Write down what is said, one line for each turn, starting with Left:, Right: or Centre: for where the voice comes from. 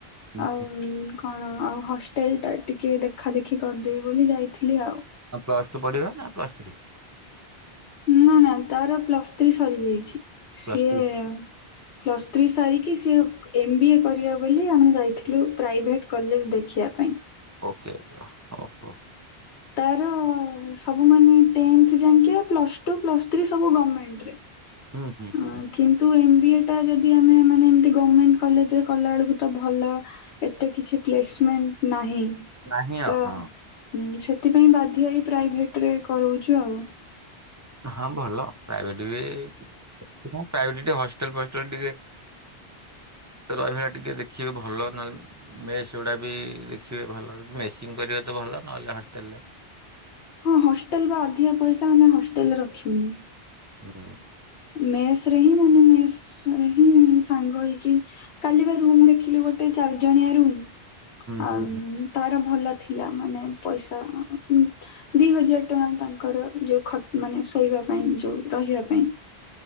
Right: ହୁଁ।
Left: ଆଉ କଣ ଆଉ ହଷ୍ଟେଲ ଟା ଟିକେ ଦେଖା ଦେଖି କରିଦେବି ବୋଲି ଯାଇଥିଲି ଆଉ।
Right: ହଁ ପ୍ଲସ୍ ଟୁ ପଢ଼ିବା ନା ପ୍ଲସ୍ ଥ୍ରୀ।
Left: ନା ନା ତାର ପ୍ଲସ୍ ଥ୍ରୀ ସରିଯାଇଛି
Right: ପ୍ଲସ୍
Left: ସିଏ
Right: ଥ୍ରୀ
Left: ପ୍ଲସ୍ ଥ୍ରୀ ସାରିକି ସିଏ ଏମ୍ ବି ଏ କରିବ ବୋଲି ଆମେ ଯାଇଥିଲୁ ପ୍ରାଇଭେଟ କଲେଜ ଦେଖିବା ପାଇଁ।
Right: ଓକେ ଆଜ୍ଞା ହଉ ହଉ।
Left: ତାର ସବୁମାନେ ଟେନ୍ଥ ଜାଙ୍କେ ପ୍ଲସ୍ ଟୁ, ପ୍ଲସ୍ ଥ୍ରୀ ସବୁ ଗମେଣ୍ଟ ରେ।
Right: ହୁଁ ହୁଁ।
Left: ହଁ କିନ୍ତୁ ଏମ ବି ଏ ଟା ଯଦି ଆମେ ମାନେ ଏମତି ଗମେଣ୍ଟ କଲେଜରେ କଲାଏଳକୁ ତ ଭଲ ଏତେ କିଛି ପ୍ଲେସମେଣ୍ଟ ନାହିଁ।
Right: ନାହିଁ ଆଉ
Left: ତ
Right: ହଁ।
Left: ହୁଁ ସେଥିପାଇଁ ବାଧ୍ୟ ହେଇ ପ୍ରାଇଭେଟ ରେ କରଉଛୁ ଆଉ।
Right: ହଁ ଭଲ ପ୍ରାଇଭେଟ ବି, ପ୍ରାଇଭେଟି ଟିକେ ହଷ୍ଟଲ ଫଷ୍ଟେଲ ଟିକେ ରହିବା ଟିକେ ଦେଖିବେ ଭଲ ନହେଲେ ମେସ୍ ଗୁଡ଼ା ବି ଦେଖିବେ ଭଲ, ଯଦି ମେସିଂ କରିବେ ତ ଭଲ ନହେଲେ ହଷ୍ଟେଲରେ
Left: ହଁ ହଷ୍ଟେଲ ବା ଅଧିକା ପଇସା ଆମେ ହଷ୍ଟେଲରେ ରଖିବୁନୁ।
Right: ହୁଁ।
Left: ମେସ ରେ ହିଁ ମାନେ ମେସ ରେ ହିଁ ସାଙ୍ଗ ହେଇକି କାଲି ବା ରୁମ ଦେଖିଲୁ ଗୋଟେ, ଚାରି ଜଣିଆ ରୁମ୍
Right: ହୁଁ
Left: ଆଉ
Right: ହୁଁ
Left: ତାର ଭଲ ଥିଲା ମାନେ ପଇସା ଦି ହଜାର ଟଙ୍କା ତାଙ୍କର ଯୋଉ ଖଟ ମାନେ ଶୋଇବା ପାଇଁ ଯୋଉ ରହିବା ପାଇଁ।